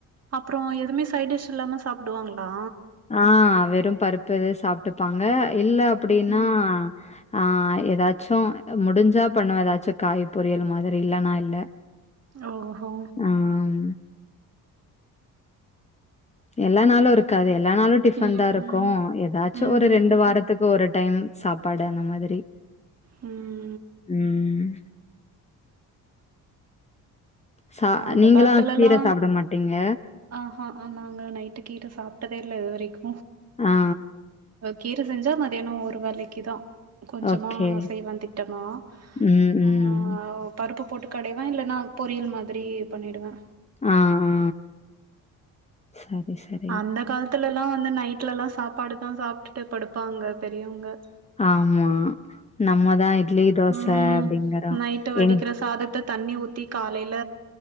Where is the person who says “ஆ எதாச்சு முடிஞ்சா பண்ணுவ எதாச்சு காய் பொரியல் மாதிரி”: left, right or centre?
Left